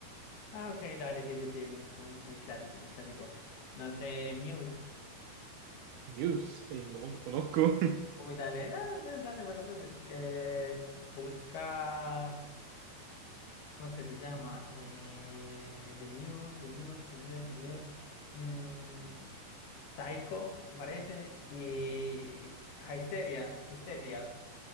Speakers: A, on the left; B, on the right.
A: Ah, ok, dale, sí, sí, sí, mu- muy, muy clásico, muy clásico. No sé, Muse.
B: <laughs> News, eh, no, no conozco. <laughs>
A: Uy, dale, dale, dale, bueno, pues, es- eh, busca. ¿Cómo es que se llama? Eh, The Muse, The Muse, The Muse, The Muse. mm, Psycho, me parece. Y ah, Histeria, Histeria.